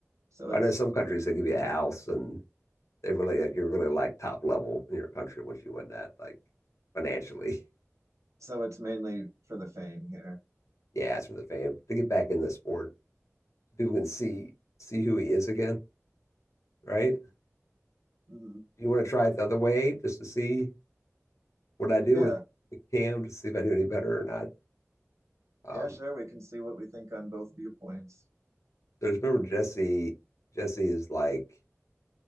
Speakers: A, on the right (about 80°); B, on the left (about 80°).
A: So
B: But
A: it's
B: I know some countries they give you a house and they really like you're really like top level in your country once you win that, like financially. <laughs>
A: so it's mainly for the fame here.
B: Yeah, it's for the fame to get back in the sport. people can see see who he is again, right?
A: Mhm.
B: You want to try it the other way just to see what I do
A: Yeah.
B: with, with Cam to see if I do any better or not. Um,
A: Yeah, sure. We can see what we think on both viewpoints.
B: there's remember Jesse. Jesse is like